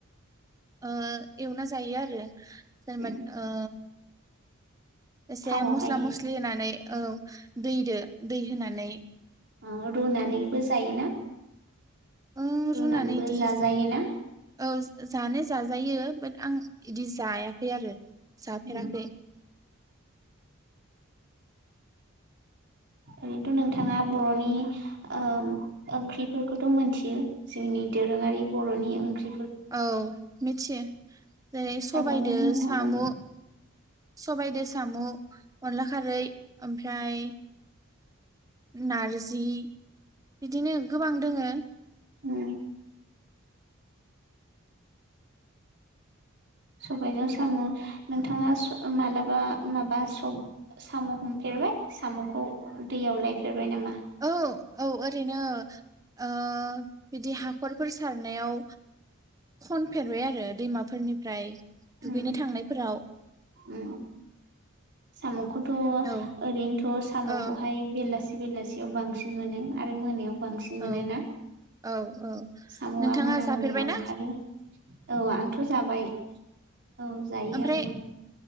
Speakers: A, on the right (about 15°); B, on the right (about 55°).
A: ओ एवना जायो आरो जेनबा
B: उम
A: ओ एसे
B: थावआवहाय
A: मस्ला मस्लि होनानै औ दैदो दै होनानै
B: ओ रुनानैबो जायोना?
A: ओ
B: रुनानैबो
A: रुनानै इदि
B: जाजायो ना?
A: औ जानो जाजायो बाट आं इदि जायाखै आरो जाफेराखै
B: उम ओरैनोथ' नोंथाङा बर'नि ओम ओंख्रिफोरखौथ' मोनथियो जोंनि दोरोङारि बर'नि ओंख्रि
A: औ मिथियो <unintelligible> जेरै सबायदो
B: फोरमायनो होनो हागोन
A: साम' सबायदो साम' अनला खारै ओमफ्राय नारज जि बिदिनो गोबां दोङो
B: उ सबायजों साम' नोंथाङा स मालाबा माबा सब साम' हमफेरबाय साम'खौ दैयाव लायफेरबाय नामा?
A: औ औ ओरैनो ओ बिदि हाखरफोर सारनायाव खनफेरबाय आरो दैमाफोरनिफ्राय दुगैनो
B: उ
A: थांनायफोराव
B: उ साम'खौथ'
A: औ
B: ओरैनोथ' साम'खौहाय
A: ओ
B: बेलासि बेलासियाव बांसिन मोनो आरो मोनायाव बांसिन मोनोना?
A: औ औ औ
B: साम'आ
A: नोंथाङा
B: मोना
A: जाफेरबाय
B: मोनायाव ओंखारो
A: ना?
B: औ आंथ' जाबाय औ जायो
A: ओमफ्राय
B: आंबो